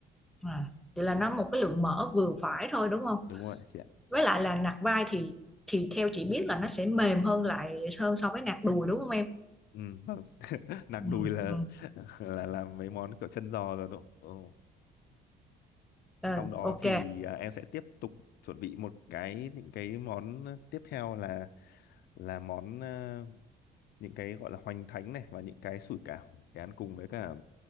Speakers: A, in the centre; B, on the left.
A: À. Vậy là nó một cái lượng mỡ vừa phải thôi đúng không?
B: đúng rồi chị ạ
A: Với lại là nạc vai thì thì theo chị biết là nó sẽ mềm hơn lại hơn so với nạc đùi đúng không em?
B: ừ vâng <laughs> nạc
A: Ừ,
B: đùi là
A: ừ.
B: là làm mấy món kiểu chân giò rồi đúng không? Ừ,
A: Ờ,
B: sau đó
A: ok
B: thì à, em sẽ tiếp tục chuẩn bị một cái những cái món tiếp theo là là món à, những cái gọi là hoành thánh này và những cái sủi cảo để ăn cùng với cả